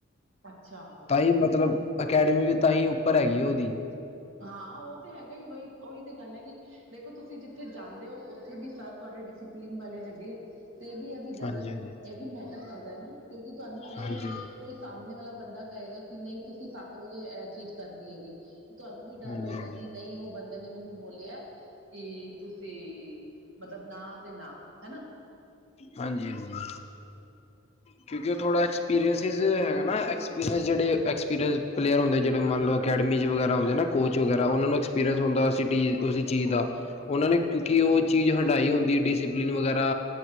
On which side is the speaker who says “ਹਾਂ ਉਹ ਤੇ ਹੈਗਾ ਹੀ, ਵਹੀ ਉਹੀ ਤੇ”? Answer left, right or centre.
Right